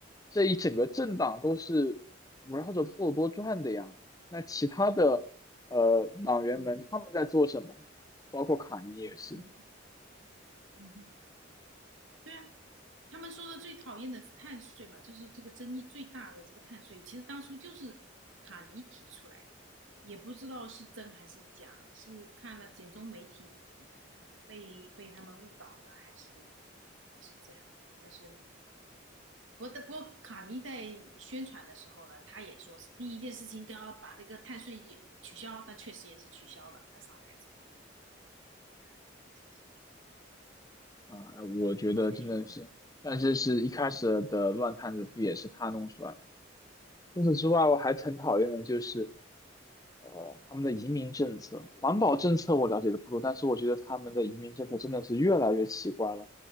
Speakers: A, on the left; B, on the right.
A: 这一整个政党都是围绕着特鲁多转的呀。那其他的呃党员们他们在做什么呢？
B: 嗯哼
A: 包括卡尼也是
B: 嗯嗯哼对啊，他们说的最讨厌的是碳税嘛，就是这个争议最大的这个碳税，其实当初就是卡尼提出来的，也不知道是真还是假，是看了简中媒体被被他们误导呢，还是还是这样？但是。我的不过卡尼在宣传的时候呢，他也说是第一件事情都要把那个碳税也取消，他确实也是取消了。他上台之后，嗯，就是，
A: 啊、呃我觉得真的是，
B: 所以，
A: 但是是一开始的乱摊子，不也是他弄出来的？除此之外，我还很讨厌的就是呃他们的移民政策、环保政策，我了解的不多，但是我觉得他们的移民政策真的是越来越奇怪了。